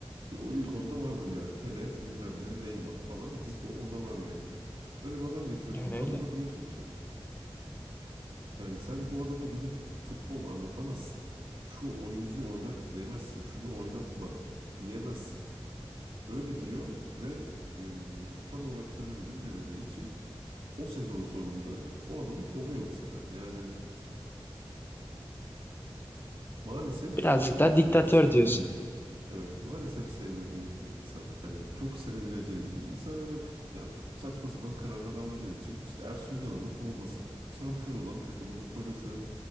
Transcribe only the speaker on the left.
Yani
öyle.
Birazcık
daha diktatör
diyorsun.